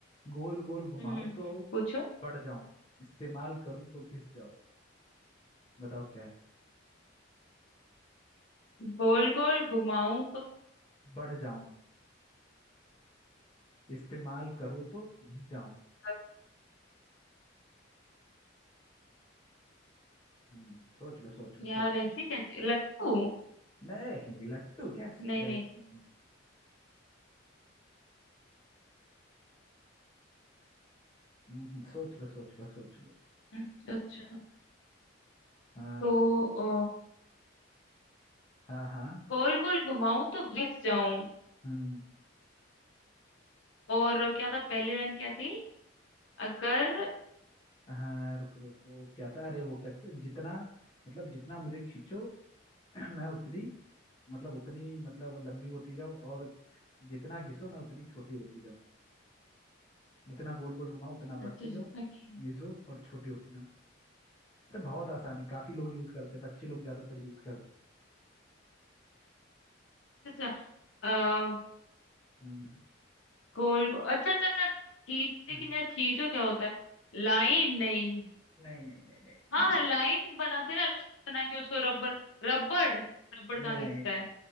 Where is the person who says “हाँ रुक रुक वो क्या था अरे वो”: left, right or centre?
Left